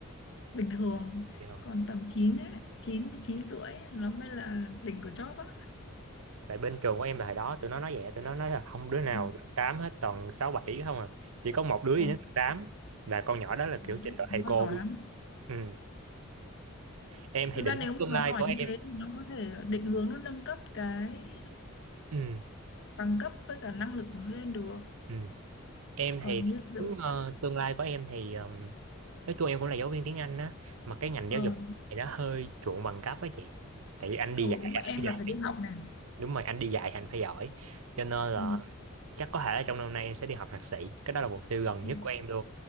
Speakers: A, on the left; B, on the right.
A: bình thường
B: hiểu không
A: còn tầm 9 ấy, 9 9 rưỡi ấy, nó mới là đỉnh của chóp á.
B: tại bên trường của em là hồi đó tụi nó nói vậy tụi nó nói là không đứa nào
A: Ừ.
B: được 8 hết toàn 6 7 không à chỉ có một đứa
A: Ồ,
B: duy nhất được 8 là con nhỏ đó là
A: Nó
B: kiểu trình
A: thật
B: độ
A: là nó
B: thầy cô
A: giỏi
B: luôn
A: lắm.
B: ừ, em
A: Thực
B: thì định
A: ra nếu
B: hướng
A: mà
B: tương
A: nó
B: lai
A: giỏi
B: của
A: như
B: em
A: thế thì nó có thể định hướng nó nâng cấp cái
B: ừ,
A: bằng cấp với cả năng lực của nó lên được.
B: ừ. em
A: Còn
B: thì định
A: như kiểu
B: hướng ờ, tương lai của em thì ờm, nói chung em cũng là giáo viên tiếng Anh á mà cái ngành
A: ờ
B: giáo dục thì nó hơi chuộng bằng cấp á chị tại vì anh đi
A: ừ,
B: dạy
A: đúng rồi
B: anh
A: em
B: phải giỏi
A: là phải đi học này.
B: đúng rồi anh đi dạy thì anh phải giỏi cho nên là
A: Ừ.
B: chắc có thể là trong năm nay em sẽ đi học thạc sĩ cái đó là mục tiêu gần
A: Ừ.
B: nhất của em